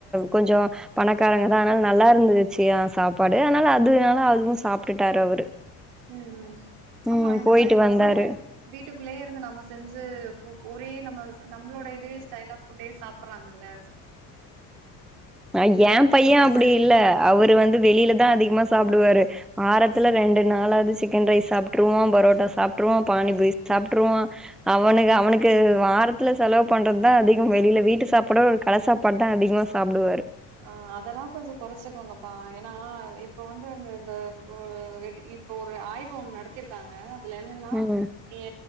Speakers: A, in the centre; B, on the right (about 70°).
A: கொஞ்சோ பணக்காரங்கதா அதனால நல்லா இருந்துச்சு சாப்பாடு அதனால அதுனால அதுவு சாப்டுட்டாரு அவரு
B: உம் உம் ஆமா
A: ம்
B: இந்த
A: போயிட்டு
B: மாரி பசங்க
A: வந்தாரு
B: வீட்டுகுள்ளயே இருந்து நம்ம செஞ்சு போ ஒரே நம்ம நம்மளோட இதயே ஸ்டைல் ஆஃப் ஃபுட்டயே சாப் ப்பறாங்கல்ல
A: அ ஏ
B: நாள்
A: பைய
B: போ போர்
A: அப்டி
B: அடிச்சிருச்சு
A: இல்ல அவரு வந்து வெளில தா அதிகமா சாப்டுவாரு வாரத்துல ரெண்டு நாளாது சிக்கன் ரைஸ் சாப்ட்ருவோ பொரோட்டா சாப்ட்ருவோ பானிபூரி சாப்ட்ருவோ அவனுக
B: ம்
A: அவுனுக்கு வார த்துல செலவு பண்ற தா அதிகோ வெளில வீட்டு சாப்பட்ரு கட சாப்பாட் தா அதிகமா சாப்டுவாரு
B: ஆஹ் அதல்லா கொஞ்சோ கொறச்சுகோங்கப்பா ஏனா இப்ப வந்து இந்த இந்த ஒரு <unintelligible> இப்ப ஒரு ஆய்வு ஒன்னு நடத்திருக்காங்க துல என்னனா
A: ம்
B: இய